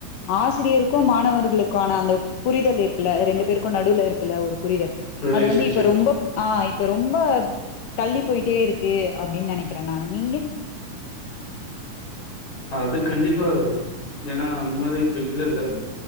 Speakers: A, on the left; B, on the left.
A: ஆசிரியருக்கு மாணவர்களுக்குமான அந்த புரிதல் இருக்குல ரெண்டு பேருக்கு நடுவுல இருக்குல ஒரு புரிதல்
B: ரிலேஷன்ஷிப்
A: அது வந்து இப்ப ரொம்பப் ஆ இப்ப ரொம்ப தள்ளி போயிட்டே இருக்கு அப்டின்னு நெனைக்கிறே நானு நீங்க
B: அது கண்டிப்பா ஏன்னா அந்த மாரி இப்ப இல்லல்ல